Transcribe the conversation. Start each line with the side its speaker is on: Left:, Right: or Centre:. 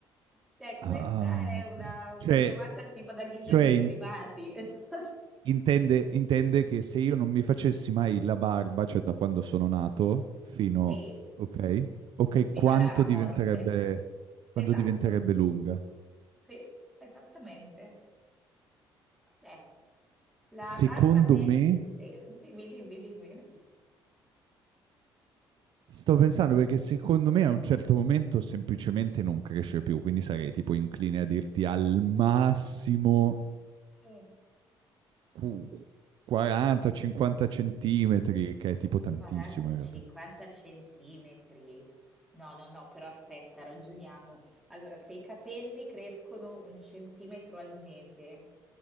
Centre: Cioè, questa
Right: Ah,
Centre: è una, una
Right: cioè,
Centre: domanda tipo da Guinness
Right: cioè
Centre: dei
Right: in-
Centre: primati. <laughs>
Right: intende, intende che se io non mi facessi mai la barba, cioè da quando sono nato, fino...
Centre: Sì,
Right: Ok, ok,
Centre: fino
Right: quanto
Centre: alla a morte.
Right: diventerebbe,
Centre: Esatto,
Right: quando diventerebbe lunga?
Centre: sì, esattamente. Eh, la
Right: Secondo
Centre: barba media
Right: me...
Centre: di... Sì, dimmi, dimmi, dimmi.
Right: Sto pensando perché secondo me a un certo momento semplicemente non cresce più, quindi sarei tipo incline a dirti al massimo
Centre: Mm.
Right: qu- 40-50 centimetri, che è tipo tantissimo
Centre: 40,
Right: in
Centre: 50
Right: realtà.
Centre: centimetri. No, no, no, però aspetta, ragioniamo. Allora, se i capelli crescono un centimetro al mese,